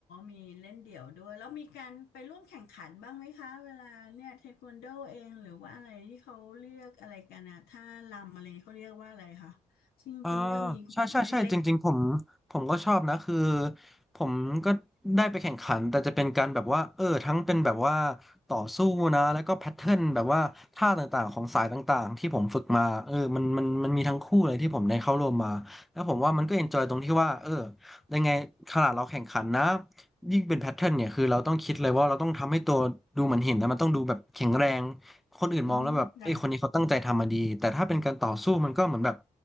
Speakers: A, on the left; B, in the centre.
A: มีเล่นเดี่ยวด้วยแล้วมีการไปร่วมแข่งขันบ้างไหมคะ เวลาเนี่ยเทควันโดเองหรือว่าอะไรที่เขาเรียกอะไรกันอะท่ารำอะไรเขาเรียกว่าอะไรคะซึ่งเพิ่งเรียกว่ามี
B: อ่าใช่ใช่ใช่จริงๆผม
A: เล็ก
B: ผมก็ชอบนะคือผมก็ได้ไปแข่งขันแต่จะเป็นการแบบว่าเออทั้งเป็นแบบว่าต่อสู้นะแล้วก็แพทเทิร์นแบบว่าท่าต่างๆของสายต่างๆที่ผมฝึกมาเออมันมันมันมีทั้งคู่เลยที่ผมได้เข้าร่วมมาแล้วผมว่ามันก็เอนจอยตรงที่ว่าเออยังไงขนาดเราแข่งขันนะยิ่งเป็นแพทเทิร์นเนี่ยคือเราต้องคิดเลยว่าเราต้องทำให้ตัวดูเหมือนหินนะมันต้องดูแบบแข็งแรง คนอื่นมองแล้วแบบเอ้ยคนนี้เขาตั้งใจทำมาดีแต่ถ้าเป็นการต่อสู้มันก็เหมือนแบบ
A: ๆอืมค่ะ